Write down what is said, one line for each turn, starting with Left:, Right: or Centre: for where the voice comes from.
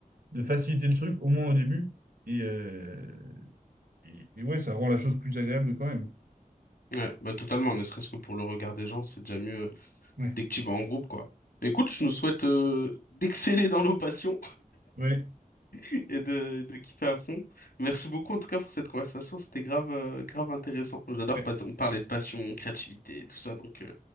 Right: de faciliter le truc, au moins au début. Et, euh, et, et ouais, ça rend la chose plus agréable quand même.
Left: Ouais, bah totalement, ne serait-ce que pour le regard des gens, c'est déjà mieux euh,
Right: Ouais,
Left: dès que tu vas en groupe, quoi. Bah, Écoute, je nous souhaite euh, d'exceller dans nos passions
Right: ouais,
Left: <laughs> et de, de kiffer à fond. Merci beaucoup en tout cas pour cette conversation, c'était grave, euh, grave intéressant. J'adore,
Right: ouais.
Left: parce- on parlait de passion, créativité, tout ça, donc euh,